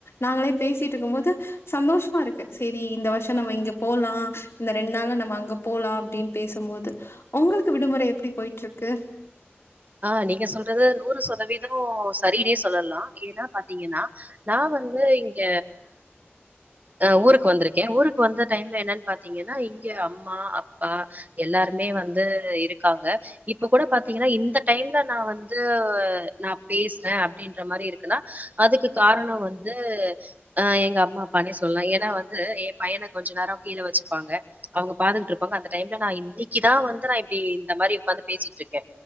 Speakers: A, on the left; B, on the right.
A: நாங்களே பேசிட்டு இருக்கு போது சந்தோஷமாருக்கு செரி இந்த வர்ஷோ நம்ம இங்க போலா இந்த ரெண்டு நாளா நம்ம அங்க போலா அப்டின்னு பேசுபோது உங்களுக்கு விடுமுறை எப்டி போய்ட்ருக்கு
B: ஆ நீங்க சொல்றது நூறு சதவீதம் சரினே சொல்லலா ஏன்னா பாத்தீங்கன்னா நா வந்து இங்க ஆ ஊருக்கு வந்திருக்கே ஊருக்கு வந்த டைம்ல என்னன்னு பாத்தீங்கன்னா இங்க அம்மா அப் பா எல்லாருமே வந்து இருக்காங்க இப்ப கூட பாத் தீங்கன்னா இந்த டைம்ல நா வந்து நா பேசுறே அப்டின்ற மாரி இருக்குன்னா அதுக்கு காரணோ வந்து அ எங்க அம்மா அப்பானே சொல்லலா ஏன்னா வந்து எ பையன கொஞ்ச நேரோ கீழ வச்சுப்பாங்க அவுங்க பாத்துட்டு இருப் ப்பங்க அந்த டைம்ல நா இன்னைக்குதா வந்து நா இப்டி இந்த மாரி உக்காந்து பேசிட்ருக்கே